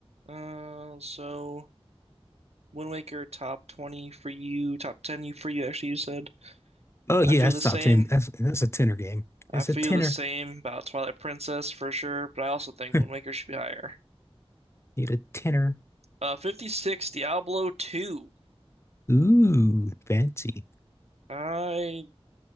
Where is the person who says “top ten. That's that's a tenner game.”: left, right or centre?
Left